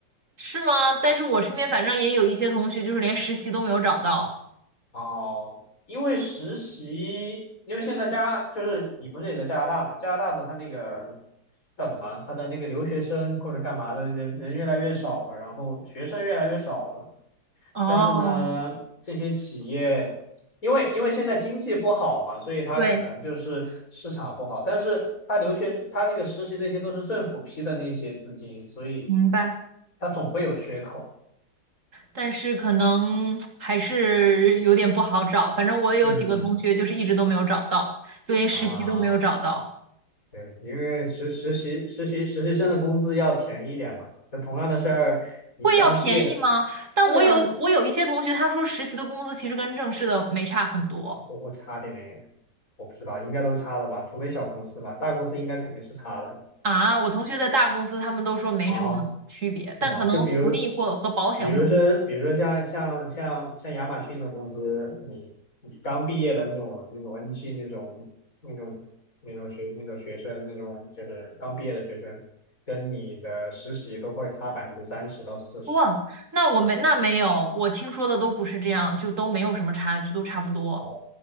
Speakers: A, on the right; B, on the left.
A: 是吗？但是我身边反正也有一些同学就是连实习都没有找到。
B: 哦，因为实习，因为现在加就是你不是也在加拿大嘛？加拿大的他那个叫什么？他的那个留学生或者干嘛的人人越来越少了，然后学生越来越少了。
A: 哦，
B: 但是呢，这些企业因为因为现在经济不好嘛，所以他可能就是市场不好。
A: 对，
B: 但是他留学他那个实习这些都是政府批的那些资金，所以
A: 明白。
B: 他总会有缺口。
A: 但是可能还是有点不好找。反正我也有几个同学，
B: 嗯
A: 就是一直都没有找到，就连实习都没有找到。
B: 啊。对，因为实实习实习实习生的工资要便宜一点嘛。那同样的事儿，你刚毕业的，
A: 会要便宜吗？但我有我有一些同学，
B: 会啊，
A: 他说实习的工资其实跟正式的没差很多
B: 我我差点没，我不知道，应该都差了吧，除非小公司吧，大公司应该肯定是差的
A: 啊。我同学在大公司，他们都说没什么区别，
B: 啊，是吗？
A: 但可能福利或和保险会不一样。
B: 就比如，比如说，比如说像像像像亚马逊的公司，你你刚毕业的那种那种 NG 那种那种那种学那种学生那种就是刚毕业的学生，跟你的实习都会差百分之三十到四十。
A: 哇，那我没那没有，我听说的都不是这样，就都没有什么差距，都差不多，
B: 哦